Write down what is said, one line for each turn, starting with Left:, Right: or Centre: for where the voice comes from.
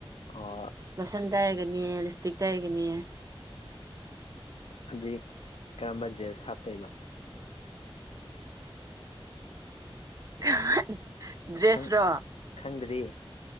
Left: ꯑꯣ
Right: ꯂꯣꯁꯟ ꯇꯩꯔꯒꯅꯤ ꯂꯤꯞꯁꯇꯤꯛ ꯇꯩꯔꯒꯅꯤ
Left: ꯑꯗꯨꯏ ꯀꯔꯝꯕ ꯗ꯭ꯔꯦꯁ ꯍꯥꯞꯇꯣꯏꯕ
Right: <unintelligible> ꯗ꯭ꯔꯦꯁꯔꯣ
Left: ꯈꯪ ꯈꯪꯗ꯭ꯔꯤ